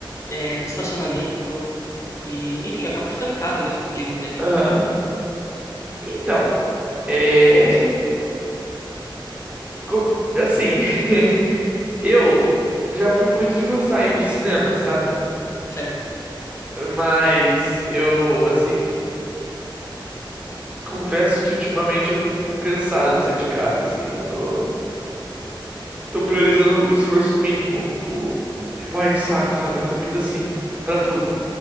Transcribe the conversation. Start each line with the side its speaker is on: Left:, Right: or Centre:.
Left: é, estacionamento e, enfim, eu acabo ficando em casa mesmo pedindo um delivery,
Right: aham. Então, é. co- Assim, <laughs> eu já fui muito de gostar de cinema, sabe?
Left: certo?
Right: Mas eu, assim, confesso que ultimamente eu tô cansado de sair de casa, assim. Eu tô, tô priorizando o esforço mínimo. O, tipo, ai, que saco, sabe? Eu tô muito assim, pra tudo.